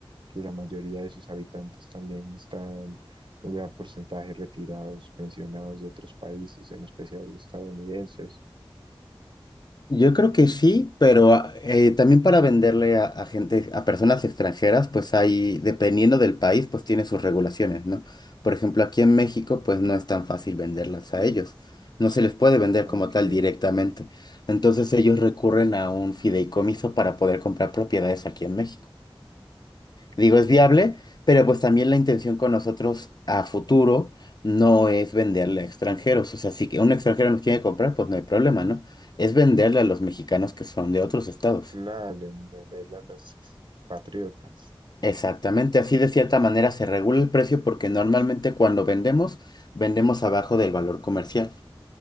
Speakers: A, on the right; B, on the left.
A: que la mayoría de sus habitantes también están un gran porcentaje retirados, pensionados de otros países, en especial los estadounidenses.
B: Yo creo que sí, pero ah, eh, también para venderle a, a gente, a personas extranjeras, pues hay, dependiendo del país, pues tiene sus regulaciones, ¿no? Por
A: Ujú.
B: ejemplo, aquí en México, pues no es tan fácil venderlas a ellos. No se les puede
A: Ah,
B: vender como
A: ok.
B: tal directamente. Entonces ellos recurren a un fideicomiso para poder comprar propiedades aquí en México
A: Mm,
B: digo, es viable, pero pues también la intención con nosotros a futuro no es venderle a extranjeros. O sea, si que un extranjero nos quiere comprar, pues no hay problema, ¿no? Es venderle a los mexicanos que son de otros estados.
A: claro, en realidad los patriotas.
B: Exactamente, así de cierta manera se regula el precio porque normalmente cuando vendemos, vendemos abajo del valor comercial.